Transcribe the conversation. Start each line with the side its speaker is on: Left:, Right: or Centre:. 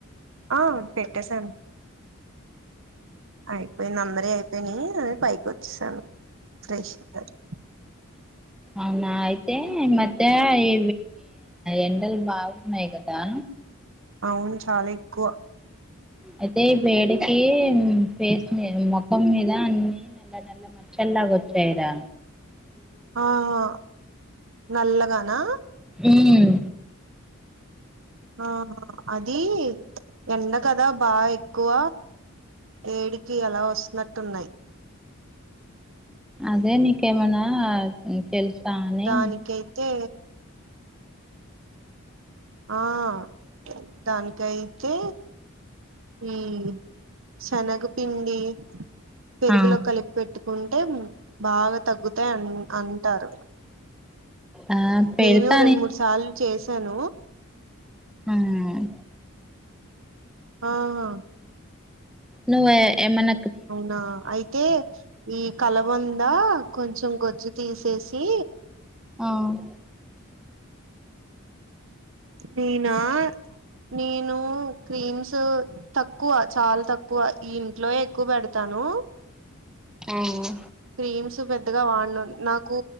Right: ఆ పెట్టసను అయిపోయి అందరియిపో పెని పైకి వచ్చేసాను ఫ్రెష్ గలీ
Centre: అవునా అయితే మత్త ఈ ఎండల్ బాగున్నాయ్ గదా
Right: అవును చాలా ఎక్కువ
Centre: అయితే ఈ వేడికి పేస్ మీద మొఖం మీద అన్ని నల్ల నల్ల మచ్చల్ లాగా వచ్చయ్ రా
Right: ఆహా నల్లగానా
Centre: ఉమ్
Right: ఆహా అది ఎండ కదా బాగా ఎక్కువ వేడికి అలా వస్తున్నట్టున్నాయి
Centre: అదే నీకేమైనా తెలుసా అని
Right: దానికైతే ఆహ్ దానికైతే ఉమ్ శనగపిండి పెరుగులో
Centre: ఆ
Right: కలిపి పెట్టు కుంటే బాగా తగ్గుతాయి అన్ అంటారు
Centre: ఆ పెడతా
Right: నేను రెండు మూడు సార్లు చేసాను
Centre: ఉమ్
Right: ఆహ్
Centre: నువే ఎమ్మన
Right: అవునా అయితే ఈ కలవంద కొంచెం గొజ్జు తీసేసి
Centre: ఆహ్
Right: నీనా నేను క్రీమ్స్ తక్కువ చాలా తక్కువ ఈ ఇంట్లో ఏ ఎక్కువ పెడతాను హలో
Centre: ఆహ్
Right: క్రీమ్స్ పెద్దగా వాడను నాకు